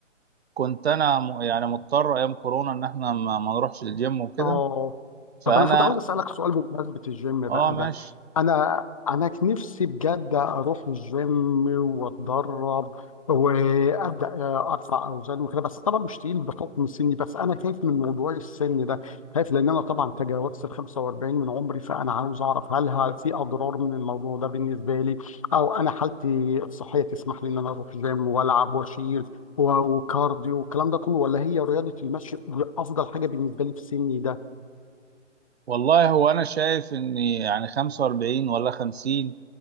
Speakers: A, on the right; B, on the left.
A: كنت انا م- يعني مضطر ايام كورونا ان احنا ما ما نروحش الجيم وكده
B: اه
A: فانا
B: طب انا كنت عاوز اسالك سؤال بمناسبه الجيم
A: اه
B: بقى
A: ماشي
B: ده انا انا كان نفسي بجد اروح الجيم واتدرب وابدا آه، ارفع اوزان وكده بس طبعا مش تقيل بحكم سني بس انا خايف من موضوع السن ده خايف لان انا طبعا تجاوزت ال 45 من عمري فانا عاوز اعرف هل هل في اضرار من الموضوع ده بالنسبه لي او انا حالتي الصحيه تسمح لي ان انا اروح جيم والعب واشيل و- وكارديو والكلام ده كله ولا هي رياضة المشي أفضل حاجة بالنسبة لي في سني ده
A: والله هو انا شايف ان يعني 45 ولا 50